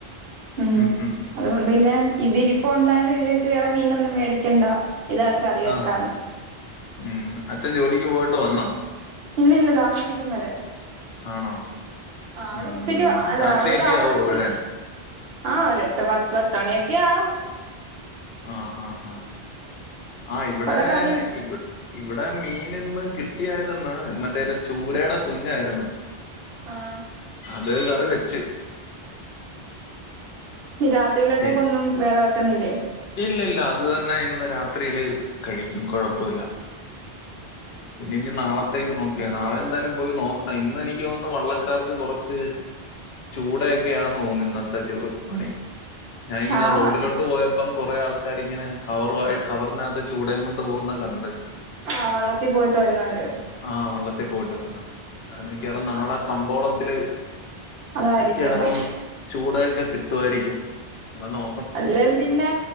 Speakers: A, on the right; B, on the left.
A: ആഹ്
B: ഉം ഉം ഉം
A: അതുകൊണ്ട്
B: ഉം
A: പിന്നെ ഇതിരി പ്പൊണ്ടായോണ്ട് വിചാരിച്ച് വേറെ മീനൊന്നും മേടിക്കണ്ട ഇതങ്ങ് കറി വെക്കാന്ന്
B: ആഹ് ഉം അച്ഛൻ ജോലിക്ക് പോയിട്ട് വന്നോ
A: ഇല്ലില്ല താമസിക്കും വരാൻ
B: ആണോ
A: ആഹ് അവിടെ
B: ഉം
A: ഉച്ചക്ക് അല്ല
B: രാത്രിയൊക്കെ
A: അവിടത്തെ ആഹാരത്തിൽ
B: ആവോ വരാൻ
A: ആഹ് ഒരെട്ട് പത്ത് പത്ത് മണിയൊക്കെയാവും
B: ആഹ് ആഹ് ആഹ് ആഹ് ഇവിടേ
A: അവിടെ കറി
B: ഇവി ഇവിടെ മീനിന്ന് കിട്ടിയാരുന്ന് മറ്റേത് ചൂരേടെ കുഞ്ഞാരുന്ന്
A: ആഹ്
B: അത് കറി വെച്ച്
A: ഇനി രാത്രിലത്തേക്കൊന്നും
B: പി
A: വേറെ വെക്ക്ന്നില്ലേ
B: ഇല്ലില്ല അത് തന്നെ ഇന്ന് രാത്രിയില് കഴിക്കും കൊഴപ്പവില്ല പിന്നെ ഇനി നാളത്തേക്ക് നോക്കിയാ നാളെ എന്തായാലും പോയി നോക്കണം ഇന്ന് എനിക്ക് തോന്നുന്നു വള്ളക്കാർക്ക് കൊറച്ച് ചൂടയൊക്കെയാന്ന് തോന്നുന്നു ഇന്നത്തെ ജോ പണി ഞാൻ ഇങ്ങനെ
A: ആ
B: റോഡിലോട്ട്
A: വൺ
B: പോയ ഇപ്പം കൊറേ ആൾക്കാര് ഇങ്ങനെ കവറുവായി കവറിനാത്ത് ചൂടേം കൊണ്ട് പോകുന്നത് കണ്ട്
A: ആഹ് വള്ളത്തി പോയിട്ട് വരുന്നവര്
B: ആഹ് വള്ളത്തി പോയിട്ട് വരുന്നവര് അന്നേരം മിക്കവാറും നാളെ
A: ആ
B: കമ്പോളത്തില്
A: അതായിരിക്കുംന്ന്
B: മിക്കവാറും ചൂടയക്കെ കിട്ടുവാരിക്കും അന്നേരം നോ
A: അല്ലേ പിന്നെ